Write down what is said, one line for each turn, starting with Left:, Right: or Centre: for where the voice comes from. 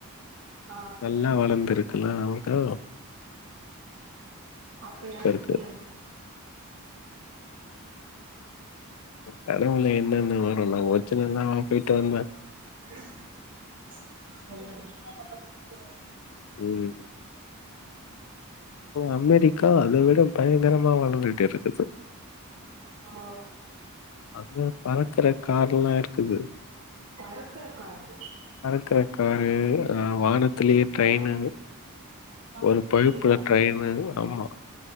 Right: ஆ
Left: நல்லா வளந்திருக் குல அததா
Right: அப்ப யாரு
Left: இருக்கு
Right: சி எம்
Left: கனவுல என்னென்ன வரு நா ஒர்ஜினலாவா போய்ட்டு வந்தே
Right: <inaudible>
Left: ம் அமெரிக்கா அத விட பயங்கரமா வளந்துட்டு இருக்குது
Right: ஆ
Left: அங்க பறக்குற கார்ல்லா இருக்குது
Right: பறக்குற காரோ
Left: பறக்கற காரு ஆ வாகனத்திலேயே ட்ரெயின்
Right: பறக்கறதுலயா
Left: ஒரு பகுப்புல ட்ரெயின்ு ஆமா